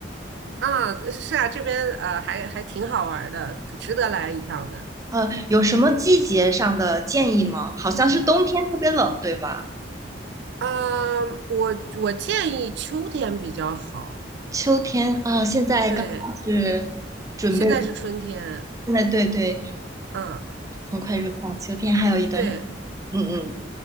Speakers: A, on the right; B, on the right.
A: 啊，是啊，这边呃还还挺好玩儿的，可值得来一趟的。
B: 呃，有什么季节上的建议吗？好像是冬天特别冷，对吧？
A: 嗯，我我建议秋天比较好，
B: 秋天啊，现在刚好是准备，
A: 对，现在是春天，
B: 现在对对，
A: 嗯，
B: 很快入夏，秋天还有一段时，
A: 对。
B: 嗯嗯，